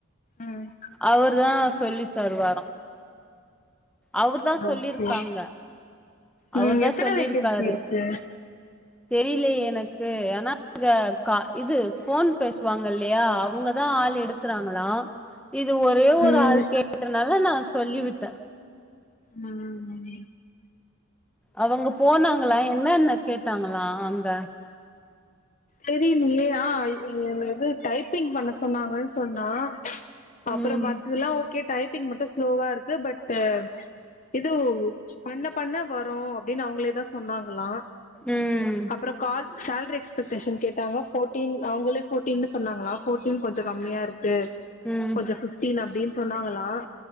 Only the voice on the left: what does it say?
ம்
ஓகே ம்
எத்தன
வேகன்சி இருக்கு
ம்
உம்
தெரியலையே ஆ இது டைப்பிங் பண்ண சொன்னாங்கன்னு சொன்னுச் நா அப்பறோ
மத்ததெல்லா ஓக்கே டைப் டைப்பிங் மட்டு ஸ்லோவா இருக்கு பட்டு எதோ பண்ணப் பண்ணா வரு அப்டின் அவுங்களே தா சொன்னாங்களா
அப்ற கால்ஸ் சால்ட்ரி எஸ்பெடேஷன் கேட்டாங்க ஃபோட்டீன் அவுங்களே ஃபோட்டின் சொன்னாங்களா ஃபோட்டின் கொஞ்சோ கம்மியாருக்கு க்கு
கொஞ்சோ ஃபிஃப்டீன் அப்டின் சொன்னாங்களா